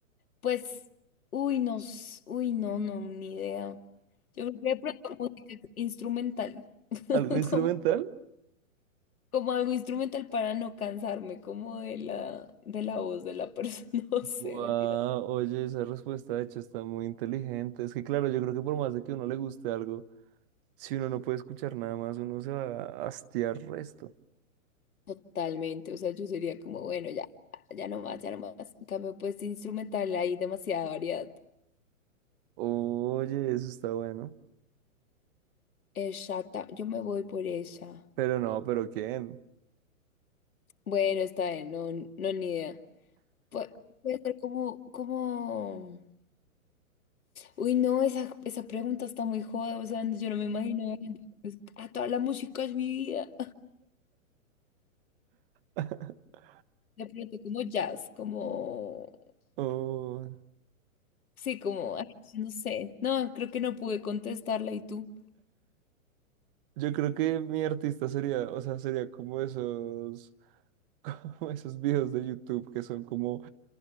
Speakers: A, on the left; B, on the right.
A: pues, uy, no, s- uy, no, no, ni idea. Yo creo que de pronto música instrumental. <laughs>
B: ¿Algo instrumental?
A: como Como algo instrumental para no cansarme, como de la, de la voz de la persona, <laughs> no sé,
B: Wow,
A: mentira.
B: oye, esa respuesta de hecho está muy inteligente. Es que claro, yo creo que por más de que uno le guste algo, si uno no puede escuchar nada más, uno se va a hastiar resto.
A: Totalmente, o sea, yo sería como, bueno, ya, ya no más, ya no más. En cambio, pues instrumental hay demasiada variedad.
B: Oye, eso está bueno.
A: Exacta, yo me voy por ella.
B: Pero no, pero ¿quién?
A: Bueno, está bien, no, no, ni idea. Pu- puede ser como, como... Uy, no, esa, esa pregunta está muy joda, o sea, yo no me imagino. a toda la música es mi vida.
B: <laughs>
A: De pronto como jazz, como...
B: Oh,
A: Sí, como, ay, yo no sé. No, creo que no pude contestarla. ¿Y tú?
B: yo creo que mi artista sería, o sea, sería como esos, <laughs> como esos videos de YouTube que son como